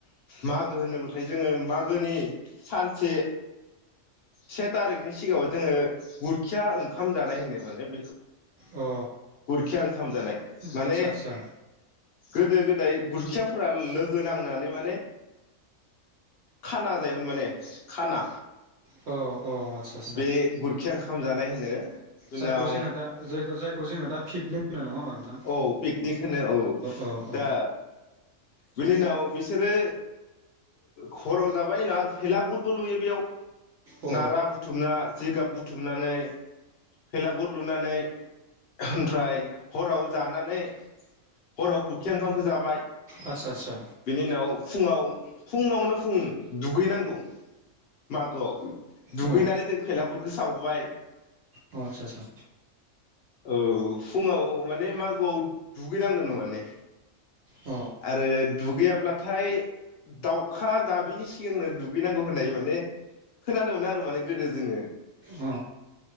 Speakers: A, on the left; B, on the right.
A: मागो होनोब्लाथाय जोङो मागोनि सानसे से थारिखनि सिगाङाव जोङो गुरखिया ओंखाम जानाय होनो माने -्
B: अ
A: गुरखि ओंखाम जानाय माने
B: आदसा आदसा
A: गोदो गो गोदाय गुरखियाफोरा लोगो नांनानै माने। खाना जायोमोन माने खाना।
B: औ औ आतसा आतचा
A: बे गुरखिया ओंखाम जानाय होनो उनाव
B: जायखौ जोङो दा जायखौ जोङो दा फिकनिक होनो नङा नोंथां
A: औ पिकनिक होनो औ
B: औ औ
A: दा बिनि उनाव बिसोरो खराव जाबाय ना आरो फेलागुरबो लुयो बेयाव।
B: औ अ
A: नारा बुथुमना। जिगाब बुथुमनानै फेलागर लुनानै ओमफ्राय हराव जानानै। हराव गुरखि ओंखामखौ जाबाय
B: आदसा आदसा
A: बिनि उनाव फुङाव फुङावनो फुं दुगैनांगौ मागोआव। दुगैनानै
B: अ
A: जों फेलागुरखौ सावबाय।
B: अ आतसा आतसा।
A: औ फुङाव। माने मागोआव दुगैनांगोन माने।
B: अ
A: आरो दुगैयाब्लाथाय दाउ खा। गाबिनि सिगांनो दुगैनांगौ होननाय माने खोनादोंमोन आरो माने गोदो जोङो
B: अ